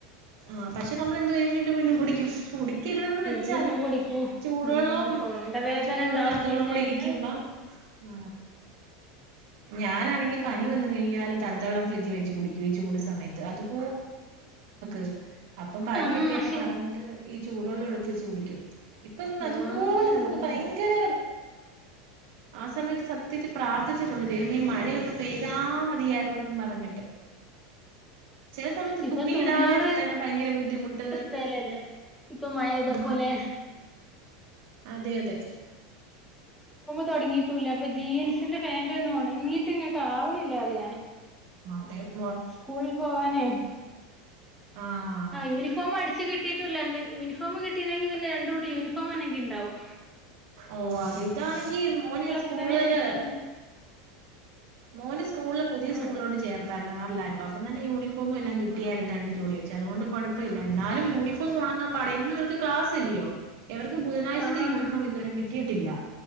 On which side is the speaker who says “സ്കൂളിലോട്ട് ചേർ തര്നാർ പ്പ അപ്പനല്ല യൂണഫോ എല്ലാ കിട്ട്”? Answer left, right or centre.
Right